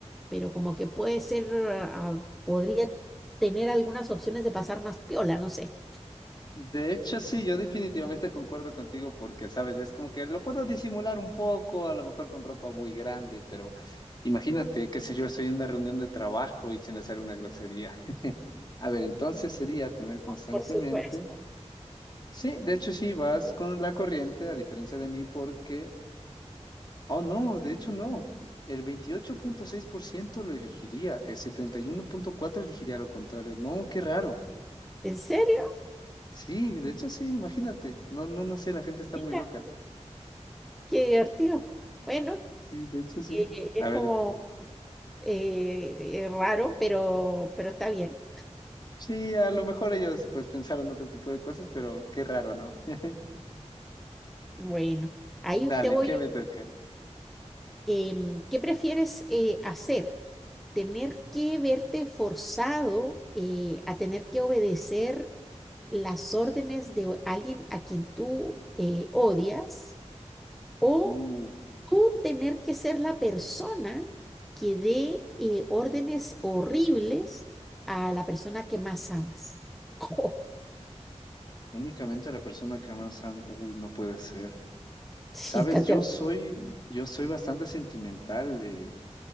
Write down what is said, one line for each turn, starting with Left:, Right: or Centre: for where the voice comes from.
Centre: pero como que puede ser, ah, podría tener algunas opciones de pasar más piola, no sé.
Left: De hecho, sí, yo definitivamente concuerdo contigo porque, sabes, es como que lo puedo disimular un poco, a lo mejor con ropa muy grande, pero imagínate, qué sé yo, estoy en una reunión de trabajo y se me sale una grosería. A ver, entonces sería tener constantemente.
Centre: Por supuesto.
Left: Sí, de hecho sí, vas con la corriente, a diferencia de mí, porque... Oh, no, de hecho no. El veintiocho punto seis por ciento lo elegiría, el 71.4% elegiría lo contrario. No, qué raro.
Centre: ¿En serio?
Left: Sí, de hecho sí, imagínate. No, no, no sé, la gente está
Centre: Mira,
Left: muy loca.
Centre: qué divertido. Bueno,
Left: Sí, de hecho sí.
Centre: eh, es
Left: A ver,
Centre: como eh, eh, raro, pero, pero está bien.
Left: sí, a lo mejor ellos pues pensaron otro tipo de cosas, pero qué raro, ¿no? <laughs>
Centre: Bueno, ahí
Left: Dale,
Centre: te voy
Left: ¿qué
Centre: yo.
Left: me toca?
Centre: em, ¿qué prefieres eh, hacer? ¿Tener que verte forzado eh, a tener que obedecer las órdenes de o- alguien a quien tú eh, odias? ¿O
Left: Uh,
Centre: tú tener que ser la persona que dé eh, órdenes horribles a la persona que más amas? <laughs>
Left: únicamente a la persona que más amo. Uy, no puede ser.
Centre: Sí,
Left: Sabes,
Centre: está
Left: yo
Centre: terrible.
Left: soy, yo soy bastante sentimental eh,